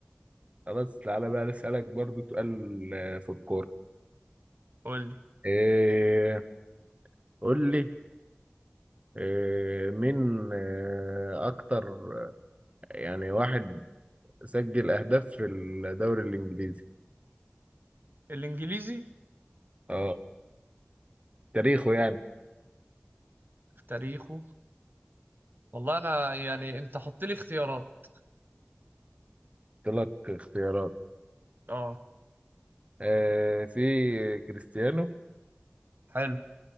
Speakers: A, on the right; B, on the right.
A: خلاص تعالى بقى أسألك برضو سؤال آه، في الكورة
B: قول لي
A: إيه قول لي آه، مين آه، أكتر يعني واحد سجل أهداف في الدوري الإنجليزي
B: الإنجليزي
A: اه تاريخه يعني
B: في تاريخه والله أنا يعني أنت حط لي اختيارات
A: قلت لك اختيارات
B: اه
A: آه، في كريستيانو
B: حلو